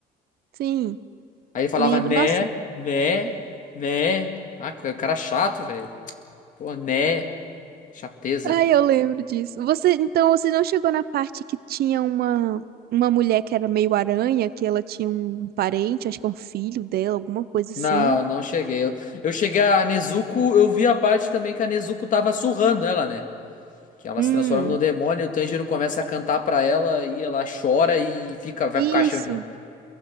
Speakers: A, on the right; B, on the left.
A: sim,
B: Aí ele falava
A: lembro.
B: né,
A: Nossa,
B: né, né. Ah, cara é chato, velho. Pô, né, chateza.
A: Ai, eu lembro disso. Você, então, você não chegou na parte que tinha uma uma mulher que era meio aranha, que ela tinha um parente, acho que é um filho dela, alguma coisa
B: Não,
A: assim.
B: não cheguei. Eu, eu cheguei a Nezuko, eu vi a parte também que a Nezuko tava surrando ela, né? Que ela
A: Hum,
B: se transforma no demônio, o Tanjiro começa a cantar pra ela e ela chora e fica, vai
A: isso.
B: pro caixão de novo.